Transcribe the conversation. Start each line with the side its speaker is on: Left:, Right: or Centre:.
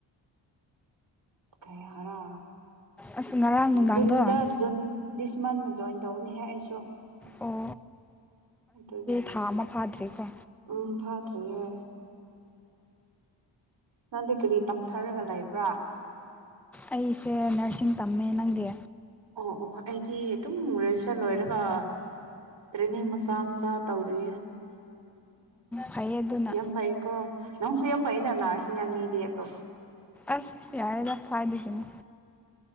Right: ꯀꯔ
Centre: ꯑꯁ ꯉꯔꯥꯡ ꯅꯨꯡꯗꯥꯡꯗꯣ
Right: ꯖꯨꯟꯗ
Centre: ꯑꯥ
Right: ꯖꯟꯁꯃꯥꯟꯟ ꯇꯧꯅꯤꯍꯦ ꯑꯩꯁꯨ
Centre: ꯑꯣ
Right: ꯑꯗꯨꯗꯤ
Centre: ꯊꯥ ꯑꯃ ꯐꯥꯗ꯭ꯔꯤꯀꯣ
Right: ꯎꯝ ꯐꯥꯗ꯭ꯔꯤꯌꯦ ꯅꯪꯗꯤ ꯀꯔꯤ ꯇꯝꯊꯔꯒ ꯂꯩꯕ꯭ꯔꯥ
Centre: ꯑꯩ ꯁꯦ ꯅꯔꯁꯤꯡ ꯇꯝꯃꯦ ꯅꯪꯒꯤ
Right: ꯑꯣ ꯑꯣ ꯑꯩꯗꯤ ꯑꯗꯨꯝ ꯒ꯭ꯔꯦꯖꯨꯌꯦꯁꯟ ꯂꯣꯏꯔꯒ ꯇ꯭ꯔꯦꯅꯤꯡ ꯃꯆꯥ ꯃꯆꯥ ꯇꯧꯔꯤꯌꯦ
Centre: ꯐꯩꯌꯦ ꯑꯗꯨꯅ
Right: ꯁꯤꯦꯝ ꯐꯥꯏ ꯀꯣ ꯅꯪꯁꯨ ꯌꯦ ꯌꯥꯝ ꯐꯩꯅ ꯅꯅꯥꯔꯁꯤ ꯃꯤꯗꯤ ꯌꯦ ꯇꯣ
Centre: ꯑꯁ ꯌꯥꯔꯦꯗ ꯐꯥꯏꯗꯦ ꯀꯅꯤ